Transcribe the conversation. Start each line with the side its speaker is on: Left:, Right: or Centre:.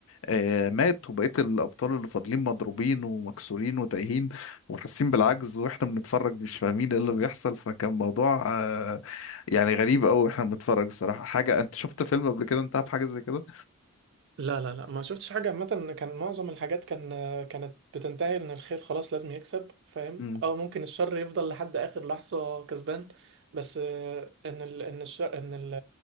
Left: آه، مات وبقيت الابطال اللي فاضلين مضروبين ومكسورين وتايهين وحاسين بالعجز واحنا بنتفرج مش فاهمين ايه اللي بيحصل فكان موضوع آه، يعني غريب قوي واحنا بنتفرج بصراحة حاجة انت شفت فيلم قبل كده انتهى بحاجة زي كده
Right: لا لا لا ما شفتش حاجة عامة كان معظم الحاجات كان كانت بتنتهي ان الخير خلاص لازم يكسب فاهم
Left: امم
Right: اه ممكن الشر يفضل لحد اخر لحظة كسبان بس آه، ان ال... ان الشر... ان ال...